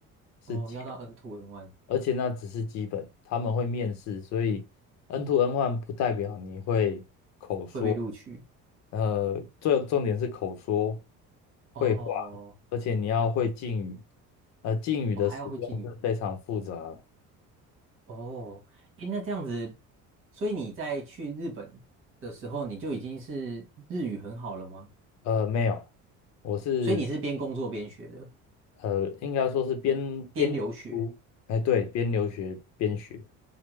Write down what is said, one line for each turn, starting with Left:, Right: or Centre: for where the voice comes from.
Left: 是基本，
Right: 哦，要到 n two n one
Left: 而且那只是基本，他们会面试，所以 N two N one 不代表你会口说，
Right: 会被录取。
Left: 呃，最重点是口说
Right: 哦，
Left: 会话，而且你要会敬语，呃，敬语的使用是非常复杂的。
Right: 我还要会敬语。哦，诶，那这样子，所以你在去日本的时候，你就已经是日语很好了吗？
Left: 呃，没有，我是
Right: 所以你是边工作边学的，
Left: 呃，应该说是边边读，
Right: 边留学。
Left: 哎，对，边留学边学，